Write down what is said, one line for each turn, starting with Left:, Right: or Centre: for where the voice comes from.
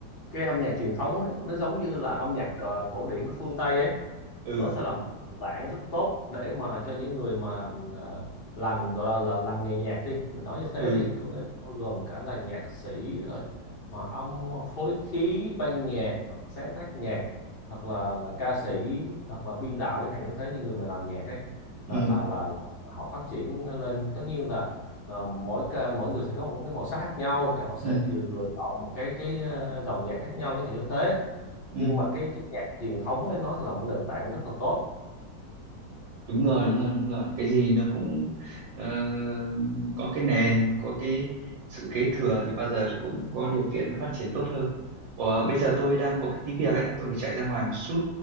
Left: cái âm nhạc truyền thống ấy, nó giống như là âm nhạc ờ, cổ điển của phương Tây ấy
Right: ừ
Left: nó sẽ là một cái nền tảng rất tốt để mà cho những người mà ờ, làm gọi là, là làm nghề nhạc đi mình nói như thế
Right: ừ
Left: đi có nghĩa là bao gồm cả là nhạc sĩ rồi hòa âm phối khí ban nhạc hoặc sáng tác nhạc hoặc là là ca sĩ hoặc là biên đạo chẳng hạn như thế những người mà làm nhạc ấy là
Right: ừ
Left: là là, là họ phát triển lên tất nhiên là Ờ, mỗi ca, mỗi người sẽ có một cái màu sắc khác nhau thì họ sẽ
Right: ừ
Left: lựa lựa chọn một cái cái ờ, dòng nhạc khác nhau chẳng hạn như thế
Right: ừ
Left: nhưng mà cái, cái nhạc truyền thống ấy nó sẽ là một cái nền tảng rất là tốt
Right: đúng rồi đúng rồi đúng rồi cái gì nó cũng ờ, có cái nền có cái sự kế thừa thì bao giờ nó cũng có điều kiện phát triển tốt hơn Ủa, bây giờ tôi đang có cái tí việc ấy tôi phải chạy ra ngoài một chút